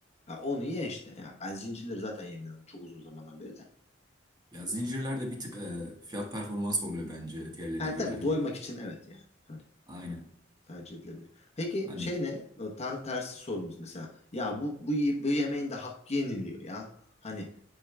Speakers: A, on the left (about 35°); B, on the right (about 20°).
A: Ha, onu ye işte. Yani ben zincirleri zaten yemiyorum çok uzun zamandan beri de.
B: Ya zincirler de bir tık e, fiyat performans oluyor bence diğerlerine
A: Ha
B: göre
A: tabii
B: hani.
A: doymak için evet yani. Hani
B: Aynen.
A: tercih edilebilir. Peki
B: Hani
A: şey ne? O Tam tersi sorumuz mesela. Ya bu, bu, y- bu yemeğin de hakkı yeniliyor ya. Hani